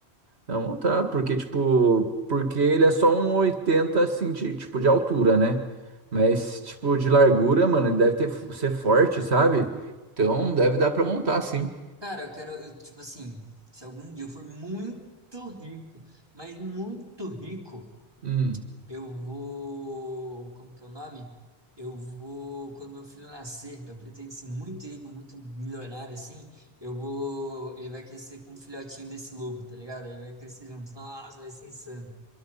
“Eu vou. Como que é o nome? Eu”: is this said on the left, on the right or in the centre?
Right